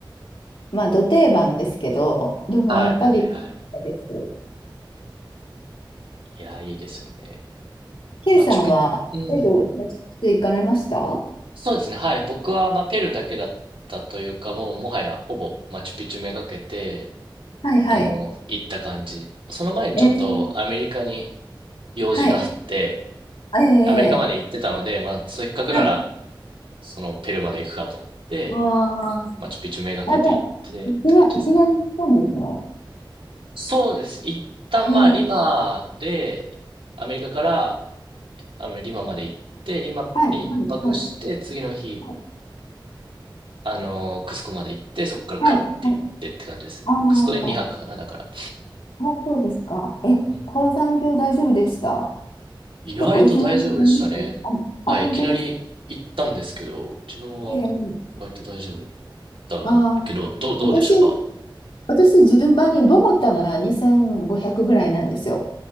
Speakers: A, on the left (about 80°); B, on the right (about 85°).
A: まあ、ど定番ですけど、でもやっぱり、
B: はいはいはい。
A: です。
B: いや、いいですよね。
A: K
B: マチュピ、
A: さんは、
B: うん。
A: ペルー、マチュピチュ行かれましたは
B: そうですね、はい。僕は、まあ、ペルーだけだったというか、もう、もはや、ほぼ、マチュピチュめがけて、
A: いはい。
B: あの、行った感じ。その前にちょっと、
A: えー、
B: アメリカに用事があって、
A: はい。ええええ
B: アメリカまで行ってたので、まあ、せっかくなら、
A: はい。
B: その、ペルーまで行くかと思って、
A: ああ、
B: マチュピチュめがけて行って、
A: あ、じゃあ、いきな、
B: って感じですね。
A: いきなり行ったんですね。
B: そうですね。一旦まあ、
A: ええ
B: リマで、アメリカから、あの、リマまで行って、リマで一泊して、
A: はい、はい、はい、
B: 次の日、
A: はい、
B: あの、クスコまで行って、そこからガッて行ってって感じですね。
A: はい。はいあ
B: クスコで2泊かな、
A: あ、
B: だから。
A: あ、そうですか。え、
B: うんうん。
A: 高山病大丈夫でした
B: 意外と大丈夫でしたね。
A: 結構いきなりなります。
B: はい、
A: あ、あ、本当ですか。
B: いきなり行ったんですけど、自分は
A: ええ。
B: 割と大丈夫だけど、
A: あ、
B: どう、どうでしたか
A: 私、私、順番にボゴタが2500ぐらいなんですよ。